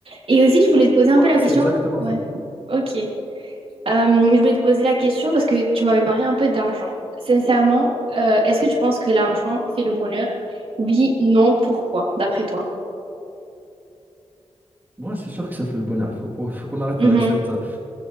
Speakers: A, on the right (about 60°); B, on the right (about 20°).
A: Et aussi, je voulais te poser un
B: Ouais,
A: peu la
B: c'est
A: question.
B: exactement
A: Ouais.
B: ça.
A: Ok. Euh, je voulais te poser la question parce que tu m'avais parlé un peu d'argent. Sincèrement, euh, est-ce que tu penses que l'argent fait le bonheur? Oui, non, pourquoi, d'après toi?
B: Ouais, c'est sûr que ça fait le bonheur. Il faut, faut, faut qu'on arrête
A: Mhm.
B: avec cette, euh,